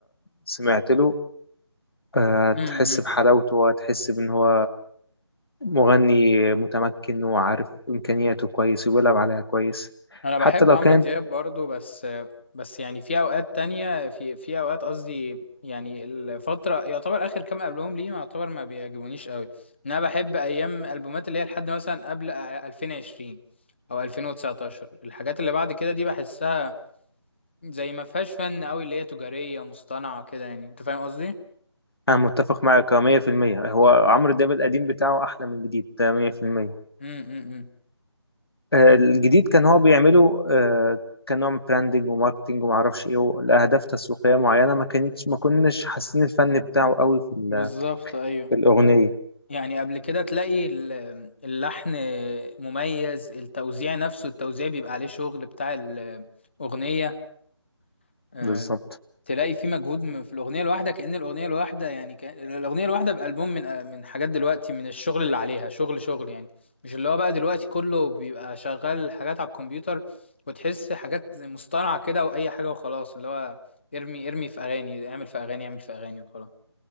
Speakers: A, on the left; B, on the left.
A: سمعت له آه،
B: امم
A: تحس بحلاوته وتحس بإن هو مغني متمكن وعارف إمكانياته كويس وبيلعب عليها كويس
B: انا
A: حتى
B: بحب
A: لو
B: عمرو
A: كانت
B: دياب برضو بس بس يعني في اوقات تانية في في اوقات قصدي يعني الفترة يعتبر اخر كام البوم ليه يعتبر ما بيعجبونيش قوي إن انا بحب ايام البومات اللي هي لحد مثلا قبل 2020 او 2019 الحاجات اللي بعد كده دي بحسها زي ما فيهاش فن قوي اللي هي تجارية مصطنعة كده يعني انت فاهم قصدي؟
A: أنا متفق معاك 100% هو عمرو دياب القديم بتاعه أحلى من الجديد ده 100%
B: امم
A: آه، الجديد كان هو بيعمله آه، كنوع من براندنج وماركتنج ومعرفش إيه لأهداف تسويقية معينة ما كانتش ما كناش حاسين الفن بتاعه قوي في ال-
B: بالظبط ايوه
A: في الأغنية
B: يعني قبل كده تلاقي ال- اللحن مميز التوزيع نفسه التوزيع بيبقى عليه شغل بتاع الأغنية آه،
A: بالظبط
B: تلاقي في مجهود م- في الأغنية الواحدة كأن الأغنية الواحدة يعني كأن الأغنية الواحدة بألبوم من من حاجات دلوقتي من الشغل اللي عليها شغل شغل يعني مش اللي هو بقى دلوقتي كله بيبقى شغال حاجات على الكمبيوتر وتحس حاجات زي مصطنعة كده وأي حاجة وخلاص اللي هو ارمي ارمي في أغاني اعمل في أغاني اعمل في أغاني وخلاص